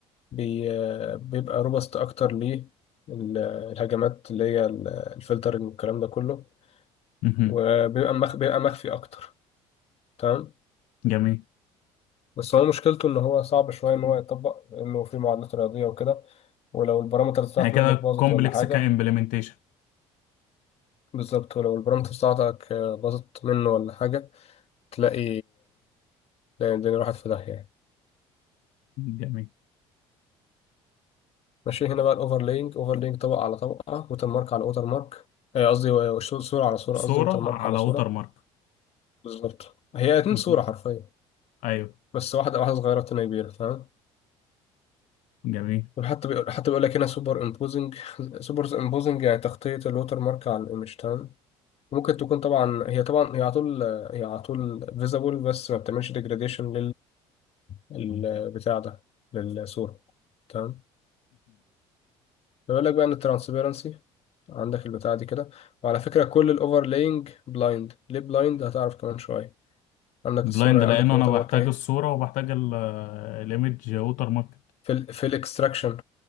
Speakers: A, on the left; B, on the left.
A: بي بيبقى روبست اكتر ليه ال- الهجمات اللي هي ال- الفلترنج والكلام ده كله
B: مهم.
A: وبيبقى مخ بيبقى مخفي اكتر تمام
B: جميل
A: بس هو مشكلته ان هو صعب شويه ان هو يطبق انه في معادلات رياضيه وكده ولو البارامترز بتاعته
B: يعني كده
A: منك باظت
B: كومبلكس
A: ولا حاجه
B: كامبلمنتيشن
A: بالظبط ولو البارامترز بتاعتك باظت منه ولا حاجه تلاقي تلاقي الدنيا راحت في داهية يعني
B: جميل
A: ماشي هنا بقى الأوفرلينج أوفرلينج طبقة على طبقة ووتر مارك على ووتر مارك آه، قصدي و- وش- صورة على صورة
B: صورة
A: قصدي ووتر مارك
B: على
A: على صورة
B: ووتر مارك
A: بالظبط هي اتنين
B: مهم.
A: صورة حرفيا
B: ايوه
A: بس واحدة واحدة صغيرة والتانية كبيرة فاهم
B: جميل
A: وحتى بيقول حتى بيقول لك هنا سوبر امبوزنج سوبر امبوزنج يعني تغطية الووتر مارك على الايمج تمام ممكن تكون طبعا هي طبعا هي على طول هي على طول فيزابل بس ما بتعملش ديجراديشن للبتاع ده للصورة تمام بيقول لك بقى ان الترانسبيرنسي عندك البتاع دي كده وعلى فكرة كل الاوفرلاينج بلايند ليه بلايند هتعرف كمان شوية عندك
B: بلايند
A: الصورة
B: لانه
A: عندك الووتر
B: انا بحتاج
A: مارك اهي
B: الصورة وبحتاج الايمج ووتر مارك
A: في ال في الاكستراكشن